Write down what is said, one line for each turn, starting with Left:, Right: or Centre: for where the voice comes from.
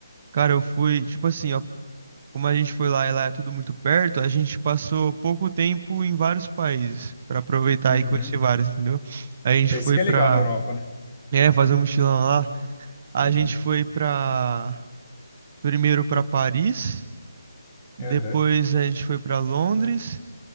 Right: Cara, eu fui, tipo assim, ó, como a gente foi lá e lá é tudo muito perto, a gente passou pouco tempo em vários países pra aproveitar
Left: Uhum.
Right: e conhecer vários, entendeu? A gente
Left: Então,
Right: foi
Left: isso que
Right: pra,
Left: é legal na Europa, né?
Right: é, fazer um mochilão lá. A
Left: Uhum.
Right: gente foi pra, primeiro pra Paris, depois
Left: Aham.
Right: a gente foi pra Londres,